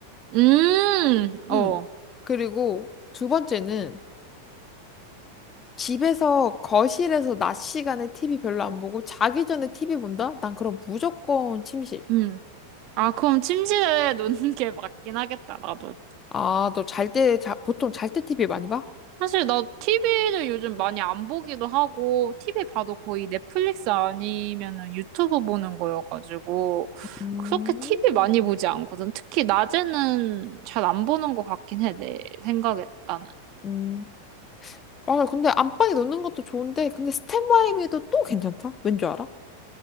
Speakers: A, on the right; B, on the left.
A: 음,
B: 음.
A: 어,
B: 그리고 두 번째는 집에서 거실에서 낮 시간에 TV 별로 안 보고 자기 전에 TV 본다? 난 그럼 무조건 침실.
A: 음. 아, 그럼 침실에 <laughs> 놓는 게 맞긴 하겠다, 나도.
B: 아, 너 잘 때, 자, 보통 잘 때 TV 많이 봐?
A: 사실 나 TV를 요즘 많이 안 보기도 하고, TV 봐도 거의 넷플릭스 아니면은 유튜브 보는 거여가지고,
B: 음,
A: 그렇게 TV 많이 보지 않거든. 특히 낮에는 잘 안 보는 것 같긴 해, 내 생각에, 나는.
B: 음. 맞아. 근데 안방에 놓는 것도 좋은데, 근데 스탠바이미도 또 괜찮다. 왠 줄 알아?